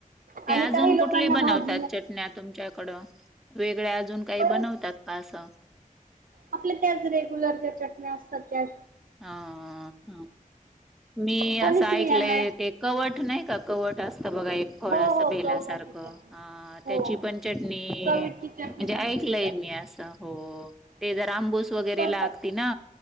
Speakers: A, in the centre; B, on the right.
A: ते
B: आणि
A: अजून
B: काही
A: कुठली
B: लोकांना
A: बनवतात
B: भाजऽ
A: चटण्या तुमच्याकडं वेगळ्या अजून काही
B: बरेच
A: बनवतात का असं?
B: आपल्या त्याच रेग्युलर ज्या चटण्या असतात त्याऽ
A: हा, ह मी असं
B: कोणी स्त्रियांना
A: ऐकलंय ते कवट नाही का,,, कवट असऽ बघा एक फळ,
B: हो
A: असं
B: हो
A: बेला
B: कवठाची
A: सारखं,
B: चटणी.
A: अ
B: हो
A: त्याची पण चटणी
B: कवीटची चटणी
A: म्हणजेऽ
B: पण केली
A: य
B: जाते.
A: मी अस, हो ते,
B: हो
A: जर आंबूस वगैरे
B: करतात
A: लागती
B: ते
A: ना